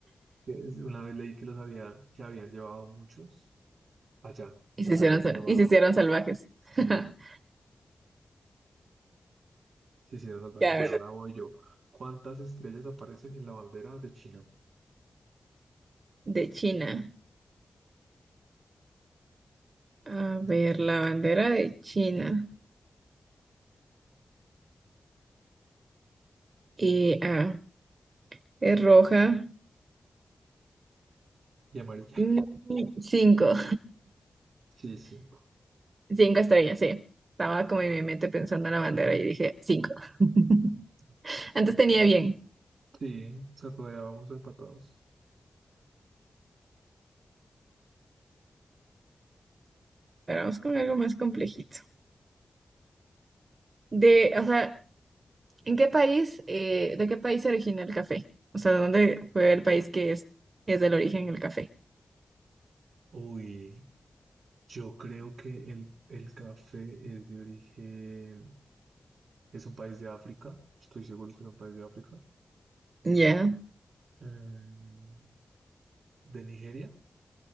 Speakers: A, on the right (about 80°); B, on the right (about 55°).
A: Es- Una vez leí que los habían, que habían llevado muchos allá.
B: Y
A: Los
B: se hicieron,
A: habían
B: sal-
A: llevado.
B: y se hicieron salvajes. <laughs>
A: Sí. Sí, sí, las salvajes.
B: Ya,
A: Bueno, ahora voy yo. ¿Cuántas estrellas aparecen en la bandera de China?
B: De China. A ver, la bandera de China. Y ah, es roja.
A: Y amarilla.
B: Mm, Cinco.
A: Sí, cinco.
B: Cinco estrellas, sí. Estaba como en mi mente pensando en la bandera y dije cinco. <laughs> Antes tenía bien,
A: Sí, o sea, todavía vamos empatados.
B: pero vamos con algo más complejito. De, o sea, ¿en qué país, eh, de qué país se origina el café? O sea, ¿dónde fue el país que es, es del origen el café?
A: Uy, yo creo que el, el café es de origen, es un país de África. Estoy seguro que es un país de África.
B: Ya.
A: Mm, ¿De Nigeria?